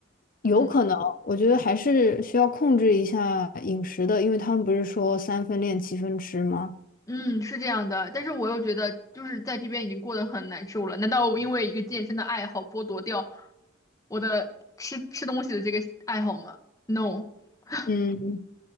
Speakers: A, on the left; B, on the left.
A: 有可能，
B: 嗯
A: 我觉得还是需要控制一下饮食的，因为他们不是说三分练七分吃吗？
B: 嗯，是这样的，但是我又觉得就是在这边已经过得很难受了，难道我因为一个健身的爱好剥夺掉我的吃吃东西的这个爱好吗？No，<laughs>
A: 嗯，